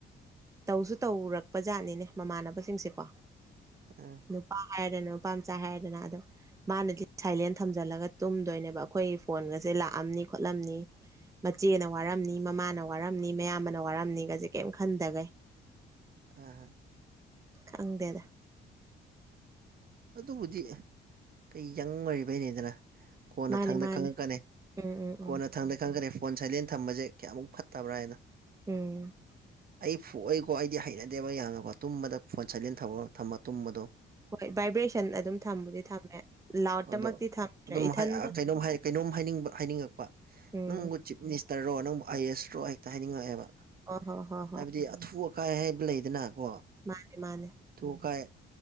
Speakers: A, on the right (about 15°); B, on the right (about 50°).
A: ꯇꯧꯁꯨ ꯇꯧꯔꯛꯄ ꯖꯥꯠꯅꯤꯅꯦ ꯃꯃꯥꯟꯅꯕꯁꯤꯡꯁꯦꯀꯣ
B: ꯑ
A: ꯅꯨꯄꯥ ꯍꯥꯏꯔꯦ ꯅꯨꯄꯥ ꯃꯆꯥ ꯍꯥꯏꯔꯦꯗꯅ ꯑꯗꯣ ꯃꯥꯅꯗꯤ ꯁꯥꯏꯂꯦꯟ ꯊꯝꯖꯤꯜꯂꯒ ꯇꯨꯝꯗꯣꯏꯅꯦꯕ ꯑꯩꯈꯣꯏ ꯐꯣꯟꯒꯁꯦ ꯂꯥꯛꯑꯝꯅꯤ ꯈꯣꯠꯂꯝꯅꯤ ꯃꯆꯦꯅ ꯋꯥꯔꯝꯅꯤ ꯃꯃꯥꯅ ꯋꯥꯔꯝꯅꯤ ꯃꯌꯥꯝꯕꯅ ꯋꯥꯔꯝꯅꯤꯒꯁꯦ ꯀꯦꯝ ꯈꯟꯗꯒꯩ
B: ꯑ
A: ꯈꯪꯗꯦꯗ
B: ꯑꯗꯨꯕꯨꯗꯤ ꯀꯩ ꯌꯪ ꯑꯣꯏꯔꯤꯕꯩꯅꯤꯗꯅ ꯀꯣꯟꯅ
A: ꯃꯥꯅꯦ
B: ꯊꯪꯗ
A: ꯃꯥꯅꯦ
B: ꯈꯪꯉꯛꯀꯅꯤ
A: ꯎꯝ ꯎꯝ
B: ꯀꯣꯟꯅ
A: ꯎꯝ
B: ꯊꯪꯗ ꯈꯪꯈ꯭ꯔꯦ ꯐꯣꯟ ꯁꯥꯏꯂꯦꯟ ꯊꯝꯕꯁꯦ ꯀꯌꯥꯃꯨꯛ ꯐꯠꯇꯕ꯭ꯔꯥ ꯍꯥꯏꯅ
A: ꯎꯝ
B: ꯑꯩ ꯐꯨꯏꯀꯣ ꯑꯩꯗꯤ ꯍꯩꯅꯗꯦꯕ ꯌꯥꯝꯅꯀꯣ ꯇꯨꯝꯕꯗ ꯐꯣꯟ ꯁꯥꯏꯂꯦꯟ ꯊꯝꯃ ꯊꯝꯃ ꯇꯨꯝꯕꯗꯣ꯫
A: ꯍꯣꯏ ꯚꯥꯏꯕ꯭ꯔꯦꯁꯟ ꯑꯗꯨꯝ ꯊꯝꯕꯨꯗꯤ ꯊꯝꯃꯦ ꯂꯥꯎꯠꯇꯃꯛꯇꯤ
B: ꯑꯗꯣ
A: ꯊꯝꯗ꯭ꯔꯦ
B: ꯑꯗꯨꯝ
A: ꯏꯊꯟꯗ
B: ꯀꯩꯅꯣꯝ ꯀꯩꯅꯣꯝ ꯍꯥꯏꯅꯤꯡꯕ ꯍꯥꯏꯅꯤꯡꯉꯛꯄ
A: ꯎꯝ
B: ꯅꯪꯕꯨ ꯆꯤꯞ ꯃꯤꯅꯤꯁꯇꯔꯣ ꯅꯪꯕꯨ ꯑꯥꯏ ꯑꯦ ꯑꯦꯁꯔꯣ ꯍꯦꯛꯇ ꯍꯥꯏꯅꯤꯡꯉꯛꯑꯦꯕ
A: ꯍꯣꯏ ꯍꯣꯏ ꯍꯣꯏ ꯍꯣꯏ
B: ꯍꯥꯏꯕꯗꯤ ꯑꯊꯨꯕ ꯀꯥꯏ ꯍꯥꯏꯕ ꯂꯩꯗꯅꯀꯣ
A: ꯃꯥꯅꯦ ꯃꯥꯅꯦ
B: ꯑꯊꯨ ꯀꯥꯏ